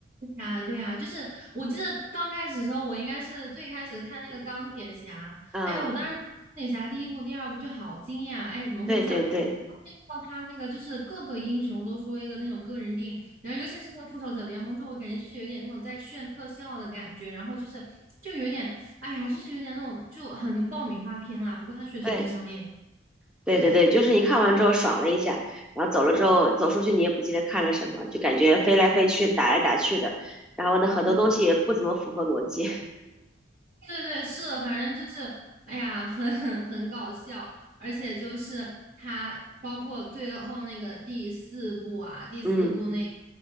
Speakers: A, on the right; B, in the centre.
A: 啊，对啊，就是我记得刚开始的时候，我应该是最开始看那个钢铁侠，
B: 嗯，
A: 哎呀，我当时钢铁侠第一部、第二部就好惊讶，哎，怎么会这样？
B: 对对对
A: 像他那个就是各个英雄都出了一个那种个人电影，然后尤其是那个复仇者联盟之后，我感觉就是有点那种在炫特效的感觉，然后就是就有点，哎呀，就是有点那种就很爆米花片啦。不过它确实是商业，
B: 对对对对，
A: 对
B: 就是你看完之后爽了一下，然后走了之后走出去你也不记得看了什么，就感觉飞来飞去，打来打去的，然后呢很多东西也不怎么符合逻辑，
A: 对。对对，是的，反正就是，哎呀，很 <laughs> 很搞笑，而且就是他包括最后那个第四部啊，第四部那
B: <laughs> 嗯。